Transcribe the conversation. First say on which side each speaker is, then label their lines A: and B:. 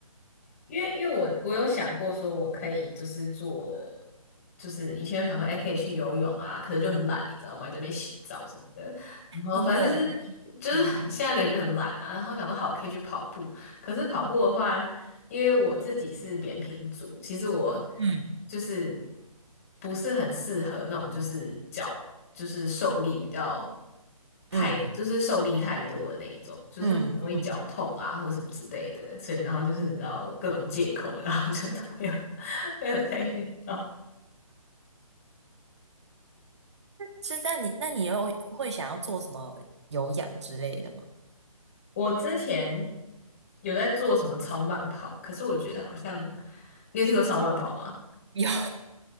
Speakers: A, on the left (about 25°); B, on the right (about 50°).
A: 因为因为我我有想过说，我可以就是做，就是以前有想说，哎、可以去游泳啊，可是就很懒，你知道吗？在那边洗澡什么的，然后反正就是就是现在的人就很懒啊，
B: 真的，嗯
A: 然后想说好，我可以去跑步，可是跑步的话。因为我自己是扁平足，其实我
B: 嗯
A: 就是不是很适合那种就是脚就是受力比较太就是受力太多的那一种，
B: 嗯
A: 就是很容易脚痛啊或什么之类的，
B: 嗯嗯
A: 所以然后就是你知道各种借口，
B: 嗯。
A: 然后就都没有 <laughs> 没有再运动。
B: 所以那你那你又会想要做什么有氧之类的吗？
A: 我之前有在做什么超慢跑，可是我觉得好像你有听过超慢跑吗？
B: 有，